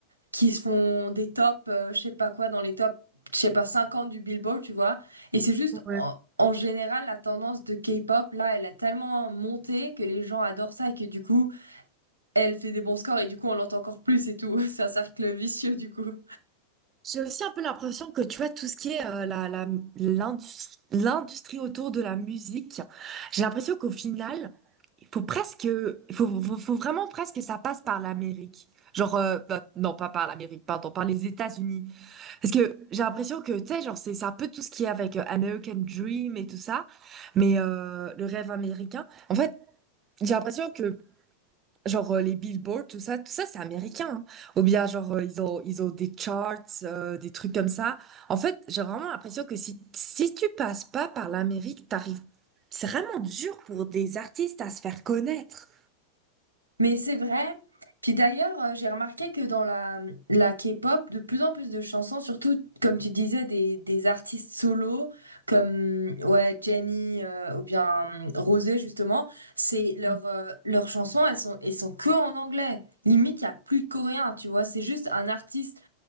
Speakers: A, on the right; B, on the right.
A: qui se font des tops, euh, je sais pas quoi, dans les tops, je sais pas, 50 du Billboard, tu vois. Et c'est juste,
B: Ouais.
A: en, en général, la tendance de K-pop, là, elle a tellement monté que les gens adorent ça et que du coup, elle fait des bons scores et du coup, on l'entend encore plus et tout. <laughs> C'est un cercle vicieux, du coup.
B: J'ai aussi un peu l'impression que tu vois tout ce qui est euh, la, la- l'indus- l'industrie autour de la musique. J'ai l'impression qu'au final, il faut presque, il faut, faut- faut vraiment presque que ça passe par l'Amérique. Genre, euh, bah, non, pas par l'Amérique, pardon, par les États-Unis. Parce que j'ai l'impression que, tu sais, genre, c'est c'est un peu tout ce qui est avec euh, American Dream et tout ça, mais euh, le rêve américain. En fait, j'ai l'impression que Genre euh, les billboards, tout ça, tout ça c'est américain. hein. Ou bien genre euh, ils ont ils ont des charts, euh, des trucs comme ça. En fait, j'ai vraiment l'impression que si si tu passes pas par l'Amérique, t'arrives. C'est vraiment dur pour des artistes à se faire connaître.
A: Mais c'est vrai. Puis d'ailleurs, euh, j'ai remarqué que dans la, la K-pop, de plus en plus de chansons, surtout comme tu disais, des, des artistes solos comme ouais, Jennie euh, ou bien euh, Rosé justement, c'est leur,
B: Mm.
A: euh, leurs chansons, elles sont, elles sont que en anglais. Limite, il n'y a plus de coréen, tu vois. C'est juste un artiste